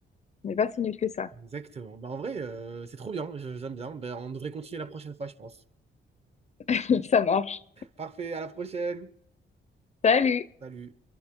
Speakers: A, on the left; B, on the right.
A: on n'est pas si nul que ça.
B: Exactement. Bah, en vrai, euh, c'est trop bien. Je- J'aime bien. Bah, on devrait continuer la prochaine fois, je pense.
A: <laughs> Ça marche.
B: Parfait, à la prochaine.
A: Salut!
B: Salut.